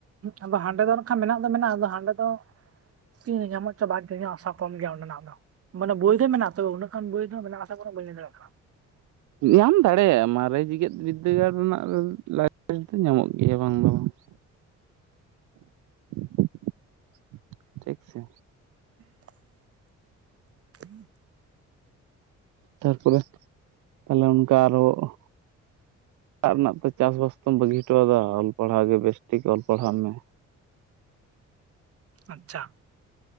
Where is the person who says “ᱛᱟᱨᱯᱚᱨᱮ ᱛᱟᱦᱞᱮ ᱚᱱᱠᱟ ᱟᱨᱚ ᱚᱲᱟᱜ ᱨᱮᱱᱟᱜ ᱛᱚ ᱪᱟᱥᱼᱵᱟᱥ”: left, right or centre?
Right